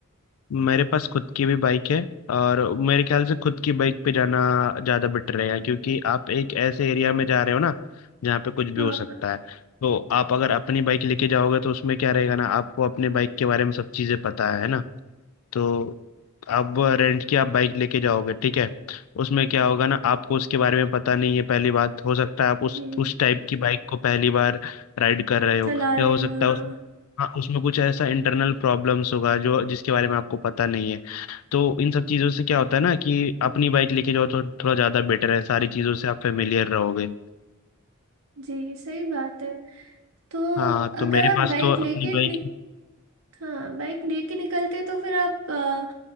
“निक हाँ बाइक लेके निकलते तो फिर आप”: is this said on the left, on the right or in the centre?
Right